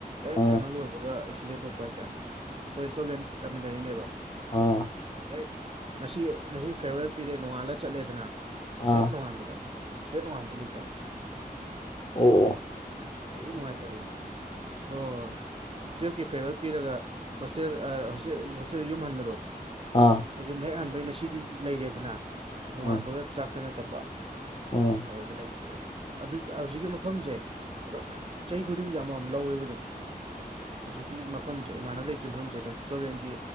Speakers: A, on the right (about 40°); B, on the left (about 35°).
A: ꯍꯦꯛ
B: ꯎꯝ
A: ꯀꯩꯅꯣ ꯂꯣꯏꯕꯒ ꯑꯦꯛꯁꯤꯗꯦꯟ ꯊꯣꯛꯄ ꯍꯥꯏꯇꯥꯔꯦ ꯈꯣꯏ ꯏꯁꯇꯣꯂꯦꯟ ꯇꯥꯃꯤꯟꯅꯔꯛꯏꯅꯦꯕ
B: ꯑꯥ
A: ꯍꯦꯛ ꯉꯁꯤ ꯉꯁꯤ ꯐꯦꯔꯋꯦꯜ ꯄꯤꯔꯦ ꯅꯣꯉꯥꯜꯂ ꯆꯠꯂꯦꯗꯅ
B: ꯑꯥ ꯑꯣ
A: ꯍꯦꯛ ꯅꯣꯉꯥꯟꯕꯗ ꯍꯦꯛ ꯅꯣꯉꯥꯟꯕꯗ ꯂꯩꯇꯕ
B: ꯑꯣ ꯑꯣ
A: ꯊꯤ ꯅꯨꯉꯥꯏꯇꯕꯤꯅꯤ ꯍꯣ ꯍꯣ ꯍꯣꯏ ꯇꯨꯌꯦꯞꯀꯤ ꯐꯦꯔꯋꯦꯜ ꯄꯤꯔꯒ ꯍꯣꯁꯇꯦꯜ ꯑꯥ ꯍꯣꯁꯇꯦ ꯍꯣꯁꯇꯦꯜ ꯌꯨꯝꯍꯟꯕꯗꯣ
B: ꯑꯥ
A: ꯑꯌꯨꯝ ꯍꯦꯛ ꯍꯟꯕꯩꯩ ꯅꯁꯤꯗꯤ ꯂꯩꯔꯦꯗꯅ ꯅꯣꯡꯉꯥꯟꯕꯒ
B: ꯎꯝ
A: ꯆꯥꯛ ꯆꯅꯥ ꯆꯠꯄ
B: ꯎꯝ
A: ꯑꯗꯨꯗ ꯂꯩ ꯇꯤꯕ ꯑꯗꯨꯠ ꯍꯧꯖꯤꯛꯀꯤ ꯃꯐꯝꯖꯦ ꯑꯗꯨꯝ ꯆꯍꯤ ꯈꯨꯗꯤꯡꯒꯤ ꯑꯃꯃꯝ ꯂꯧꯋꯦꯕ ꯑꯗꯨꯝ ꯍꯨꯖꯤꯛꯀꯤ ꯃꯐꯝꯖꯦ ꯏꯃꯥꯟꯅꯕ ꯂꯩꯇ꯭ꯔꯤ ꯃꯐꯝꯖꯦ ꯑꯗꯨꯝ ꯁ꯭ꯂꯣꯞꯂꯦꯟꯒꯤ